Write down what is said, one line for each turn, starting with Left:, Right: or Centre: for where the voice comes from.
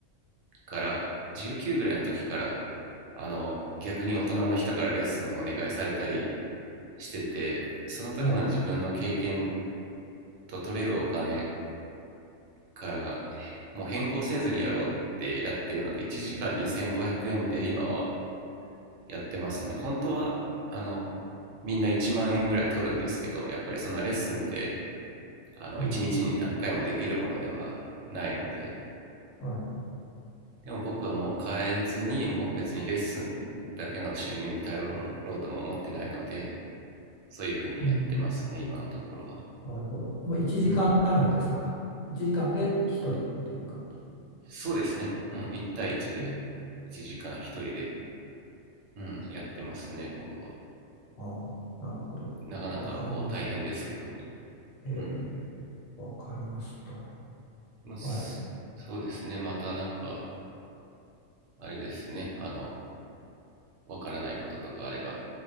Right: から19ぐらいの時からあの逆に大人の人からレッスンをお願いされたりしててその時の自分の経験
Left: はい。
Right: と取れるお金からもう変更せずにやろうってやってるので1時間2500円で今はやってますね本当はあのみんな1万円ぐらい取るんですけどやっぱりそんなレッスンってあの1日にちに何回もできるものではないので
Left: うん。はい。
Right: でも僕はもう変えずにもう別にレッスンだけの収入に頼ろうとも思ってないのでそういうふうにやってますね今のところは、
Left: うん。なるほど。もう1時間単位ですか。
Right: うん、
Left: 1時間で1人っていう感じ。
Right: そうですね、うん、1対1で1時間1人で
Left: うん
Right: うん、やってますね、僕は。
Left: ああ、なるほど。
Right: なかなかこう大変ですけども。
Left: わかりました。え
Right: うん。
Left: え、わかりました。
Right: まあ、
Left: はい。
Right: そうですね、またなんか、あれですね、あの、わからないこととかあれば、